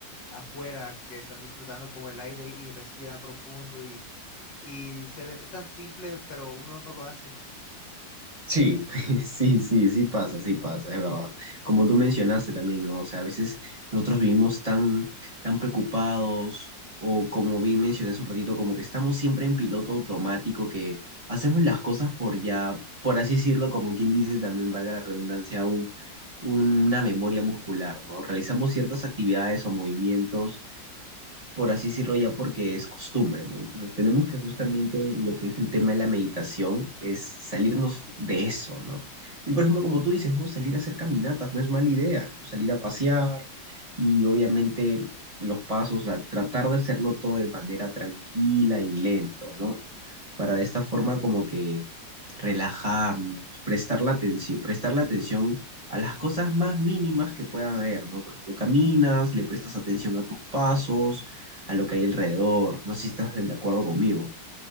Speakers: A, on the left (about 60°); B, on the right (about 25°).
A: afuera, que están disfrutando como el aire y respiran profundo y, y se ve tan simple, pero uno no lo hace.
B: Sí, <laughs> sí, sí, sí pasa, sí pasa, es verdad. Como tú mencionaste también, ¿no? O sea, a veces nosotros vivimos tan, tan preocupados o como bien mencioné hace un ratito, como que estamos siempre en piloto automático, que hacemos las cosas por ya, por así decirlo, como quien dice también, valga la redundancia, un, una memoria muscular, ¿no? Realizamos ciertas actividades o movimientos por así decirlo ya, porque es costumbre, ¿no? Entonces tenemos que justamente lo que es el tema de la meditación es salirnos de eso, ¿no? Y por ejemplo, como tú dices, ¿no? Salir a hacer caminatas no es mala idea, ¿no? Salir a pasear y obviamente los pasos, a tratar de hacerlo todo de manera tranquila y lento, ¿no? Para de esta forma como que relajarnos, prestar la atención, prestar la atención a las cosas más mínimas que puedan haber, ¿no? Por ejemplo, caminas, le prestas atención a tus pasos, a lo que hay alrededor. No sé si estás de acuerdo conmigo.